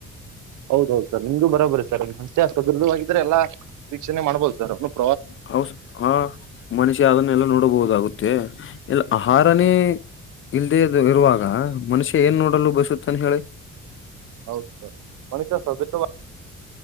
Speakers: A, on the right; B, on the left.
A: ಹೌದೌದು ಸರ್ ನಿಮ್ದು ಬರಬರಿ ಸರ್ ಮಷೆ ಆಸ್ಪತ್ತ್ರೂ ಆದ್ರೆ ಎಲ್ಲಾರೀ ಮಾಡ್ಬಹದು ಸ
B: ಹೌ ಸ ಹಾ ಮನುಷ್ಯ ಅದನ್ನೆಲ್ಲ ನೋಡಬಹುದಾಗುತ್ತೆ ಇಲ್ಲ ಆಹಾರನೇ ಇಲ್ದೇ ಇರುವಾಗ ಮನುಷ್ಯ ಏನ್ ನೋಡಲು ಬಸುತ್ತನ್ ಹೇಳಿ
A: ಹೌದು ಸರ್ ಮನುಷ್ಯ ಸದೃ <unintelligible>